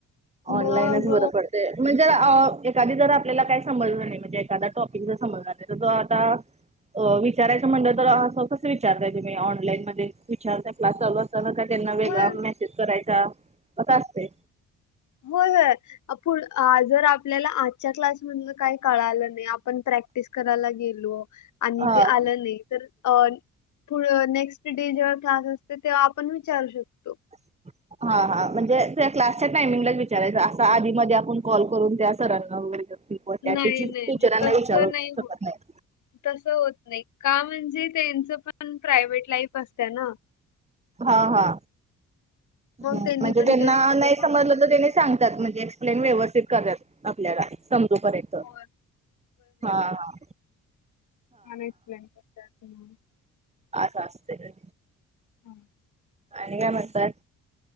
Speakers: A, on the right; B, on the left.
A: ऑनलाईनच
B: मग
A: बरं पडतंय म्हणजे जर एखादी जर आपल्याला काय समजलं नाही म्हणजे एखादा टॉपिक जर समजला नाही तर जो आता अ विचारायचं म्हणलं तर असं कसं विचारताय तुम्ही ऑनलाईन मध्ये विचारताय क्लास चालूत का त्यांना वेगळा
B: होय
A: मेसेज करायचा कसं असतंय
B: होय होय आपण जर आपल्याला आजच्या क्लासमधलं काही कळालं नाही आपण प्रॅक्ट प्रॅक्टिस करायला गेलो आणि
A: हा
B: ते आलं नाही तर अ पुढं नेक्स्ट डे जेव्हा क्लास असते तेव्हा आपण विचारू शकतो
A: <unintelligible> हा हा म्हणजे त्या क्लासच्या टायमिंगलाच विचारायचं असं आधी मधी आपण कॉल करून त्या सरांना वगैरे
B: नाही
A: त्या टीचरांना
B: नाही नाही तसं
A: विचारूशकत
B: होत.
A: नाही
B: तसं होत नाही का म्हणजे त्यांचं पण प्रायव्हेट लाईफ असतं ना
A: हा हा
B: मग
A: म्हणजे
B: त्यांनी पण
A: त्यांना
B: त्यांच
A: नाही
B: हे बघ
A: समजलं तर त्यानी
B: हो
A: सांग सांगतात म्हणजे एक्सप्लेन व्यवस्थित करतात आपल्याला समजूपर्यंत
B: होय
A: हा हा
B: हा एक्सप्लेन करतात म
A: असं असतंय
B: हम्
A: आणि काय म्हणताय